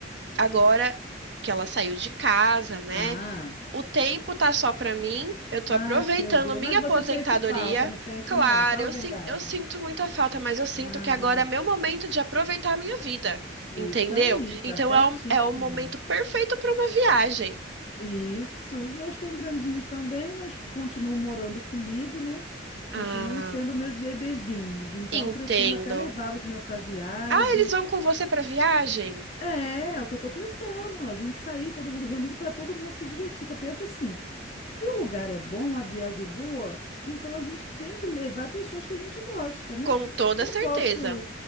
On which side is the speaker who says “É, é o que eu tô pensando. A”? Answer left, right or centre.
Left